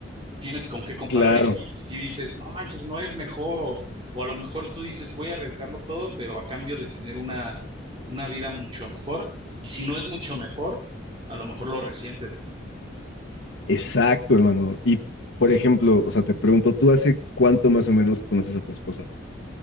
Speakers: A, on the right (about 30°); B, on the left (about 80°).
A: tienes con qué comparar
B: claro,
A: y si, y si dices, no manches, no es mejor o, o a lo mejor tú dices, voy a arriesgarlo todo, pero a cambio de tener una, una vida mucho mejor y si no es mucho mejor, a lo mejor lo resientes, ¿no?
B: exacto, hermano. Y por ejemplo, o sea, te pregunto, ¿tú hace cuánto más o menos conoces a tu esposa?